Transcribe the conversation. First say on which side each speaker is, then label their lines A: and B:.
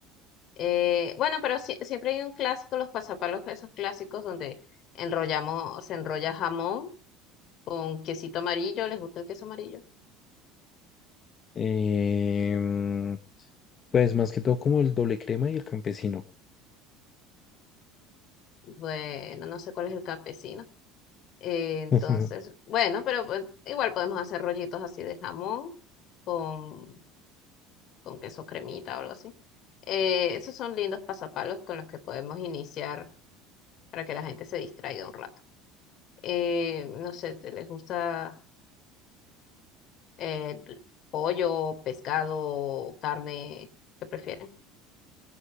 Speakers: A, on the left (about 50°); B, on the left (about 35°).
A: Eh, bueno, pero sí- siempre hay un clásico, los pasapalos, esos clásicos donde enrollamos, se enrolla jamón con quesito amarillo, ¿les gusta el queso amarillo?
B: Em, Pues más que todo como el doble crema y el campesino.
A: Bueno, no sé cuál es el campesino. Eh, entonces,
B: <laughs>
A: bueno, pero pues, igual podemos hacer rollitos así de jamón con, con queso cremita o algo así. Eh, esos son lindos pasapalos con los que podemos iniciar para que la gente se distraiga un rato. Eh, no sé, ¿te les gusta eh, pollo, pescado, carne? ¿Qué prefieren?